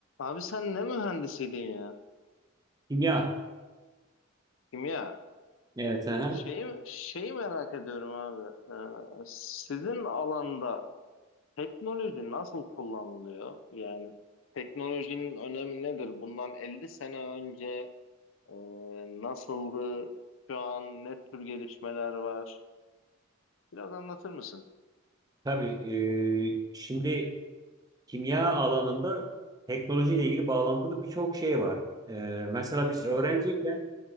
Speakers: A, on the left; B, on the right.
A: Abi sen ne mühendisiydin ya?
B: Kimya.
A: Kimya.
B: Evet. Aha.
A: Şeyi, şeyi merak ediyorum abi. Ee, sizin alanda teknoloji nasıl kullanılıyor? Yani teknolojinin önemi nedir? Bundan 50 sene önce e, nasıldı? Şu an ne tür gelişmeler var? Biraz anlatır mısın?
B: Tabii. e, şimdi kimya alanında teknolojiyle ilgili bağlantılı birçok şey var. E, mesela
A: Hı
B: biz
A: hı.
B: öğrenciyken